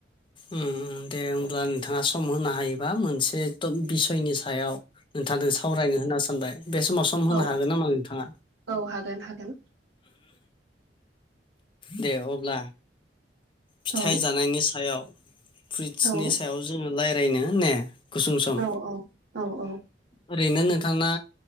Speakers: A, on the left; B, on the right.
A: उम उम दे होमब्ला नोंथाङा सम होनो हायोबा मोनसे थ बिसयनि सायाव नोंथांजों सावरायनो होनना सानबाय बे समाव सम होनो
B: औ
A: हागोन नामा नोंथाङा?
B: औ हागोन हागोन
A: दे अब्ला फिथाइ
B: औ
A: जानायनि सायाव फ्रिसनि
B: औ
A: सायाव जोङो रायज्लायनो ने गुसुं सम
B: औ औ औ ओ
A: ओरैनो नोंथाङा